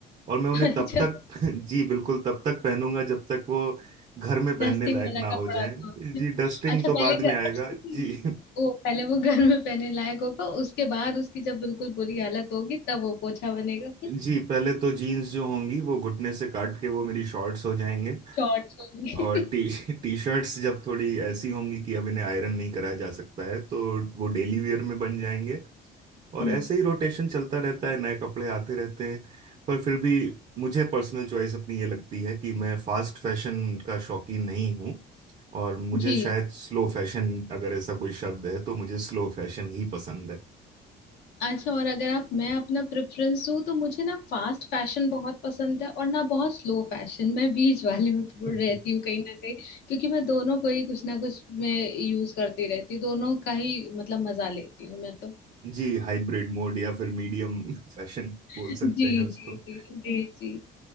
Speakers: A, on the right; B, on the left.
A: और मैं उन्हें
B: है
A: तब तक
B: <laughs>
A: <laughs> जी बिल्कुल तब तक पहनूंगा जब तक वो घर में
B: डस्टिंग
A: पहनने लायक
B: वाला
A: ना
B: कपड़ा
A: हो जाए
B: था
A: जी डस्टिंग
B: अच्छा
A: तो
B: पहले
A: बाद
B: घर
A: में आएगा
B: अच्छा
A: जी <laughs>
B: वो पहले वो घर में पहनने लायक होगा उसके बाद उसकी जब बिल्कुल बुरी हालत होगी तब वो पोछा बनेगा
A: जी पहले तो जीन्स जो होंगी वो घुटने से काट के वो मेरी शॉर्ट्स हो जाएंगे
B: शॉर्ट्स वाली
A: और टी टी शर्ट्स जब थोड़ी ऐसी होंगी कि अब इन्हें आयरन नहीं कराया जा सकता है तो वो डेली वेयर में बन जाएंगे और
B: हम्म,
A: ऐसे ही रोटेशन चलता रहता है नए कपड़े आते रहते हैं पर फिर भी मुझे पर्सनल चॉइस अपनी ये लगती है कि मैं फास्ट फैशन का शौकीन नहीं हूँ और मुझे
B: जी
A: शायद स्लो फैशन अगर ऐसा कोई शब्द है तो मुझे स्लो फैशन ही पसंद
B: अच्छा और अगर आप मैं अपना प्रेफरेंस दूं तो मुझे ना फास्ट फैशन बहुत पसंद है और ना बहुत स्लो फैशन मैं बीच वाले में रहती
A: है
B: हूँ कहीं ना कहीं क्योंकि मैं दोनों को ही कुछ ना कुछ मैं यूज करती रहती हूँ दोनों का ही मतलब मजा लेती हूँ मैं तो
A: जी हाइब्रिड मोड या फिर मीडियम फैशन बोल
B: जी
A: सकते हैं उसको
B: जी जी जी जी